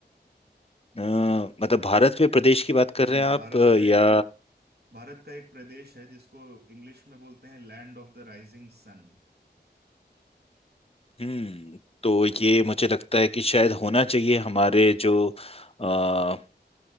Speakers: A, on the left; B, on the right.
A: अ, मतलब भारत में प्रदेश की बात कर
B: जी
A: रहे हैं आप
B: भारत
A: अ,
B: का
A: या
B: एक प्र- भारत का एक प्रदेश है जिसको इंग्लिश में बोलते हैं land of the rising sun
A: हम्म तो ये मुझे लगता है कि शायद होना चाहिए हमारे जो अ,